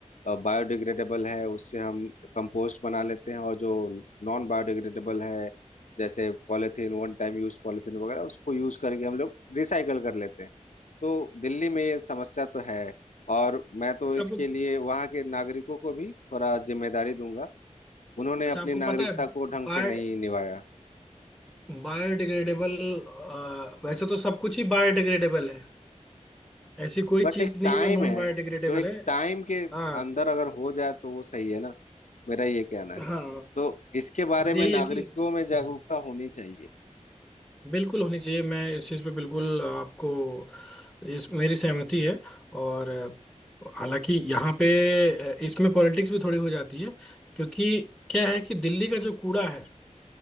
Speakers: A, on the left; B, in the centre.
A: बायोडिग्रेडेबल है उससे हम कंपोस्ट बना लेते हैं और जो नॉन बायोडिग्रेडेबल है जैसे polythene one time use polythene वगैरह उसको यूज करके हम लोग रिसाइकल कर लेते हैं तो दिल्ली में ये समस्या तो है और मैं तो
B: अच्छा
A: इसके
B: आपको
A: लिए वहाँ के नागरिकों को भी थोड़ा जिम्मेदारी दूंगा उन्होंने
B: अच्छा
A: अपनी
B: आपको
A: नागरिकता
B: पता है
A: को ढंग
B: बाय
A: से नहीं निभाया
B: बायोडिग्रेडेबल वैसे तो सब कुछ ही बायोडिग्रेडेबल है ऐसी कोई
A: बट
B: चीज
A: एक
B: नहीं
A: टाइम
B: है जो नॉन
A: है
B: बायोडिग्रेडेबल
A: जो एक
B: है
A: टाइम के
B: हाँ
A: अंदर अगर हो जाए तो वो सही है ना मेरा ये कहना है
B: हाँ
A: तो इसके बारे
B: बस
A: में
B: यही
A: नागरिकों
B: है कि
A: में जागरूकता
B: हम्म।
A: होनी चाहिए
B: बिल्कुल होनी चाहिए मैं इस चीज पे बिल्कुल आपको इस मेरी सहमति है और अ, हालांकि यहाँ पे अ, इसमें पॉलिटिक्स भी थोड़ी हो जाती है क्योंकि क्या है कि दिल्ली का जो कूड़ा है